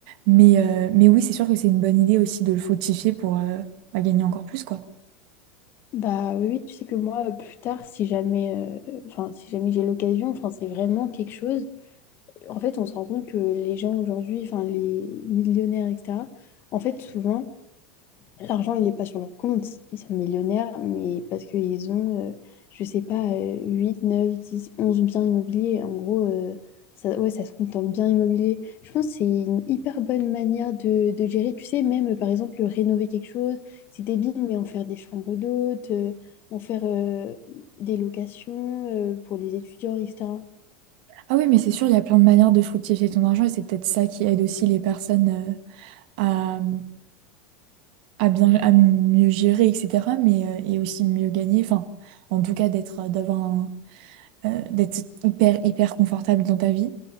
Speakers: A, on the right; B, on the left.
A: Mais, euh, mais oui, c'est sûr que c'est une bonne idée aussi de le fructifier pour, euh, bah, gagner encore plus, quoi.
B: Bah oui, oui, tu sais que moi, plus tard, si jamais, euh, enfin, si jamais j'ai l'occasion, enfin, c'est vraiment quelque chose. En fait, on se rend compte que les gens aujourd'hui, enfin, les millionnaires, etc., en fait, souvent, L'argent, il n'est pas sur leur compte. Ils sont millionnaires, mais parce qu'ils ont, euh, je sais pas, euh, 8, 9, 10, 11 biens immobiliers. En gros, euh, ça, ouais, ça se compte en biens immobiliers. Je pense que c'est une hyper bonne manière de, de gérer. Tu sais, même, euh, par exemple, rénover quelque chose, c'est débile, mais en faire des chambres d'hôtes, euh, en faire euh, des locations euh, pour les étudiants, etc.
A: Ah oui, mais c'est sûr, il y a plein de manières de fructifier ton argent et c'est peut-être ça qui aide aussi les personnes, euh, à bien à mieux gérer etc mais euh, et aussi mieux gagner enfin en tout cas d'être euh, d'avoir un- euh, d'être hyper hyper confortable dans ta vie